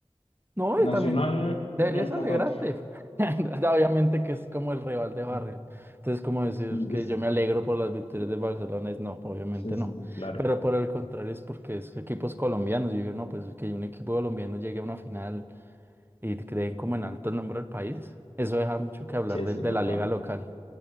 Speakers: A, on the right; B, on the left.
A: No,
B: Nacional,
A: y también deberías
B: ya no
A: alegrarte.
B: tanto.
A: <laughs> Obviamente que es como el rival de barrio.
B: <laughs>
A: Entonces, como decir
B: <laughs>
A: que yo me alegro por las victorias de Barcelona, es no, obviamente
B: Sí, sí,
A: no.
B: claro,
A: Pero por el contrario, es porque es equipos colombianos. Yo digo, no, pues que un equipo colombiano llegue a una final y creen como en alto el nombre del país. Eso deja mucho que hablar
B: sí, eso
A: de, de
B: es bacano.
A: la liga local.